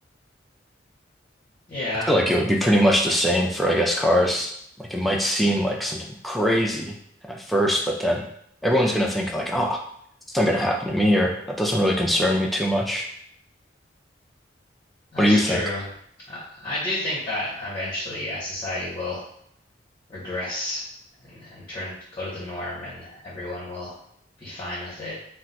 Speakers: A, on the left; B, in the centre.
A: Yeah,
B: I feel like it would be pretty much the same for, I guess, cars. Like it might seem like something crazy at first, but then everyone's gonna think like, ah, it's not gonna happen to me, or that doesn't really concern me too much.
A: that's
B: What do you
A: true.
B: think?
A: I, I do think that eventually, yeah, society will regress and, and turn go to the norm and everyone will be fine with it.